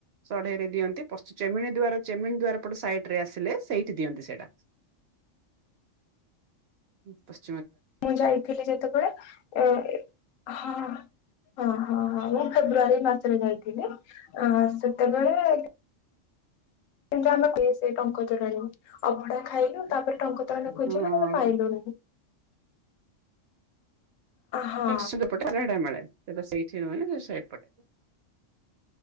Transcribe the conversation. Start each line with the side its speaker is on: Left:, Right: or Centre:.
Right: ସଢେଇରେ ଦିଅନ୍ତି ଚେମି ଦାର ଚେମିିନ ଦୁଆର ପଟ ସାଇଡ ରେ ଆସିଲେ ସେଇଠି ଦିଅନ୍ତି ସେଇଟା। ହ <unintelligible>
Left: ମୁଁ ଯାଇଥିଲି ଯେତେବେଳେ ଏ ହଁ ହଁ ହଁ ହଁ ମୁଁ ଫେବୃଆରୀ ମାସରେ ଯାଇଥିଲି ସେତେବେଳେ କିନ୍ତୁ ଆମେ ପିଉ ସେ ଟଙ୍କ ତୋରାଣି ଅଭଡା ଖାଇଲୁ ତାପରେ ଟଙ୍କ ତେ ଖୋଛେ
Right: ହଁ
Left: ପାଇଲୁନି। ହଁ
Right: ଚ ପଟେ ସେଡେ ମିଳେ ସେତ ସେଇଠି ରୁହେନି ସେଇପଟେ